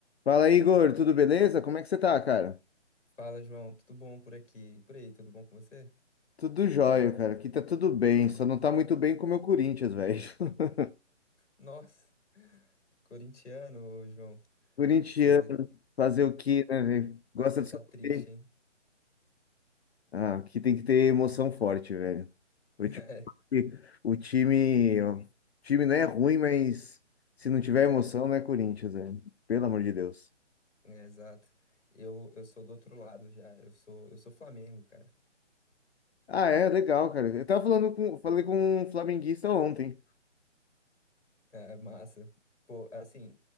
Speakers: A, on the left (about 60°); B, on the left (about 85°).
A: Fala, Igor, tudo beleza? Como é que você tá, cara?
B: Fala, João. Tudo bom por aqui? Por aí, tudo bom com você? <laughs>
A: Tudo jóia, cara. Aqui tá tudo bem, só não tá muito bem com o meu Corinthians, velho. <laughs>
B: Nossa, corintiano, ô, João.
A: Corintiano,
B: Você
A: fazer o quê, né, velho? Gosta
B: você
A: de
B: tá
A: sofrer.
B: triste, hein?
A: Ah, aqui tem que ter emoção forte, velho. Eu
B: <laughs>
A: te O time, ó, o time não é ruim, mas se não tiver emoção, não é Corinthians, velho. Pelo amor de Deus.
B: É, é, exato. Eu, eu sou do outro lado já. Eu sou eu sou Flamengo, cara.
A: Ah, é, legal, cara. Eu tava falando com, falei com um flamenguista ontem.
B: É, é massa. Pô, assim,